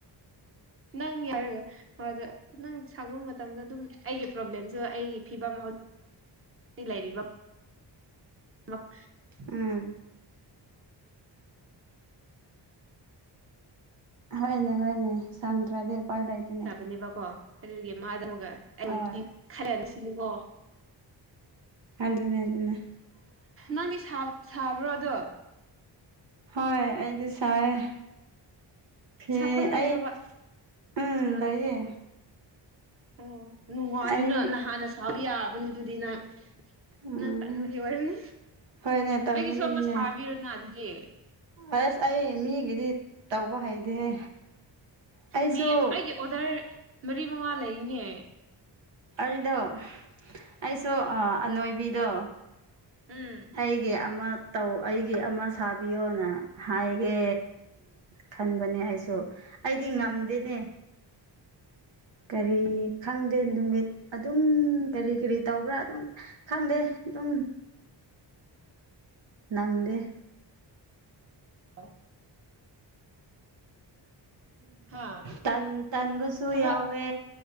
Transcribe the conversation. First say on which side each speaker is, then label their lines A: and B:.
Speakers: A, on the right (about 30°); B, on the right (about 75°).
A: ꯅꯪ ꯌꯥꯔꯒ ꯑꯗꯣ ꯅꯪ ꯁꯪꯕ ꯃꯇꯝꯗ ꯑꯗꯨꯝ ꯑꯩꯒꯤ ꯄ꯭ꯔꯣꯕ꯭ꯂꯦꯝꯁꯨ ꯑꯩꯒꯤ ꯐꯤꯕꯝ ꯍꯧ ꯂꯩꯔꯤꯕ ꯃꯛ
B: ꯎꯝ꯫ ꯍꯣꯏꯅꯦ ꯍꯣꯏꯅꯦ ꯁꯪꯗ꯭ꯔꯗꯤ ꯎꯄꯥꯏ ꯂꯩꯇꯅꯦ꯫
A: ꯅꯤꯕꯀꯣ꯫ ꯑꯗꯨꯒꯤ ꯃꯥꯗꯨ ꯑꯃꯨꯛꯒ ꯑꯩꯉꯣꯟꯗꯤ
B: ꯍꯣꯏ
A: ꯈꯔꯅ ꯁꯤꯅꯤꯀꯣ꯫
B: ꯑꯗꯨꯅꯦ ꯑꯗꯨꯅꯦ꯫
A: ꯅꯪꯗꯤꯁꯥ ꯁꯥꯕ꯭ꯔꯣ ꯑꯗꯨ꯫
B: ꯍꯣꯏ ꯑꯩꯗꯤꯁꯥꯏꯌꯦ꯫ ꯐꯤ
A: ꯁꯥꯐꯝ ꯂꯩꯕ꯭ꯔꯕ
B: ꯑꯩ ꯎꯝ ꯂꯩꯌꯦ꯫
A: ꯑꯣ ꯅꯨꯡꯉꯥꯏꯔꯤꯅꯣ
B: ꯑꯩ
A: ꯅꯍꯥꯟꯅ ꯁꯥꯕ ꯌꯥꯔꯕꯅꯤ ꯑꯗꯨꯗꯤ ꯅꯪ꯫
B: ꯎꯝ
A: ꯅꯪ ꯇꯟꯕꯒꯤ ꯑꯣꯏꯔꯅꯤ
B: ꯍꯣꯏꯅꯦ ꯇꯟꯕꯒꯤꯅꯤꯅꯦ
A: ꯑꯩꯒꯤꯁꯨ ꯑꯃ ꯁꯥꯕꯤꯔꯣꯅ ꯑꯗꯨꯗꯤ꯫
B: ꯑꯁ ꯑꯩ ꯃꯤꯒꯤꯗꯤ ꯇꯧꯕ ꯍꯩꯗꯦꯍꯦ꯫ ꯑꯩꯁꯨ
A: ꯃꯤ ꯑꯩꯒꯤ ꯑꯣꯗꯔ ꯃꯔꯤ ꯃꯉꯥ ꯂꯩꯔꯤꯅꯦ꯫
B: ꯑꯗꯣ
A: ꯎꯝ
B: ꯑꯩꯁꯨ ꯑꯥ ꯑꯅꯣꯏꯕꯤꯗꯣ
A: ꯎꯝ
B: ꯑꯩꯒꯤ ꯑꯃ ꯇꯧ ꯑꯩꯒꯤ ꯑꯃ ꯁꯥꯕꯤꯌꯣꯅ ꯍꯥꯏꯒꯦ ꯈꯟꯕꯅꯦ ꯑꯩꯁꯨ꯫ ꯑꯩꯗꯤ ꯉꯝꯗꯦꯅꯦ꯫ ꯀꯔꯤ ꯈꯪꯗꯦ ꯅꯨꯃꯤꯠ ꯑꯗꯨꯝ ꯀꯔꯤ ꯀꯔꯤ ꯇꯧꯕ꯭ꯔꯥ ꯑꯗꯨꯝ ꯈꯪꯗꯦ ꯑꯗꯨꯝ꯫ ꯅꯪꯗꯦ
A: ꯑꯥ ꯍꯥ
B: ꯇꯟ ꯇꯟꯕꯁꯨ
A: ꯊꯕꯛ
B: ꯌꯥꯎꯋꯦ